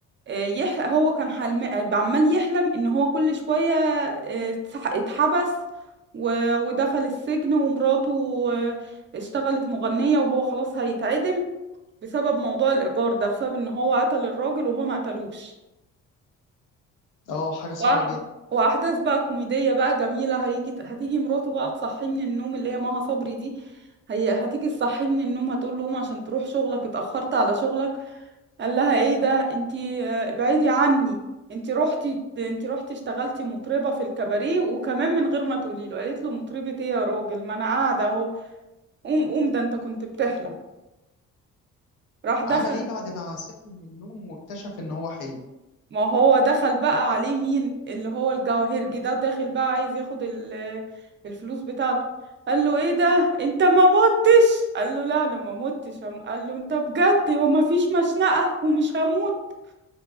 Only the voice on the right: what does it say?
آه يح... هو كان حلم... عمال يحلم ان هو كل شوية آه اتسح- اتحبس و... ودخل السجن ومراته آه اشتغلت مغنية وهو خلاص هيتعدم بسبب موضوع الإيجار ده بسبب ان هو قتل الراجل وهو ما قتلوش
وأح-
واحداث بقى كوميديه بقى جميله هيجي هتيجي مراته بقى تصحيه من النوم اللي هي مها صبري دي هي هتيجي تصحيه من النوم هتقول له قوم عشان تروح شغلك اتاخرت على شغلك قال لها ايه ده انتي آه، ابعدي عني انتي رحتي انتي رحتي اشتغلتي مطربه في الكباريه وكمان من غير ما تقولي له قالت له مطربه ايه يا راجل ما انا قاعده اهو قوم قوم ده انت كنت بتحلم راح دخل
ما هو دخل بقى عليه مين اللي هو الجواهرجي ده داخل بقى عايز ياخد ال- الفلوس بتاعته قال له ايه ده انت ما متش قال له لا انا ما متش هم- قال له انت بجد وما فيش مشنقة ومش هموت